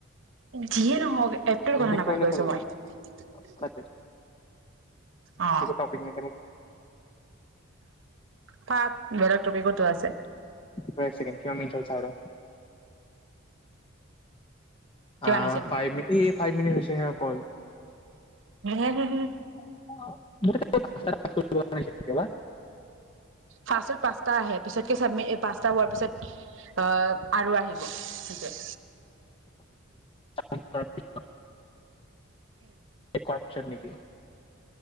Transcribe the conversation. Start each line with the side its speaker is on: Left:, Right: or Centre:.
Right: যিয়ে নহওক এপটোৰ
Left: ৰিজেক্ট
Right: কথা নাপাতিবা
Left: কৰিলে কৰিবি
Right: কৈছোঁ মই।
Left: বাদ দে
Right: অ
Left: একো টপিক <unintelligible> <unintelligible>
Right: পাত বেলেগ টপিকতো আছে
Left: ৰহ এক ছেকেণ্ড কিমান মিনিট হ'ল চাওঁ ৰহ
Right: কিমান
Left: অ
Right: হৈছে
Left: ফাই মিন পাইভ মিনিট হৈছে হে অকল।
Right: হে হে হে হে
Left: <unintelligible> <unintelligible> কেলা
Right: ফাৰ্ষ্টত পাঁচতা আহে পিছতকে চাবমিট পাঁচটা হোৱাৰ পিছত আহ আৰু আহিব তে
Left: <unintelligible> কপছত নেকি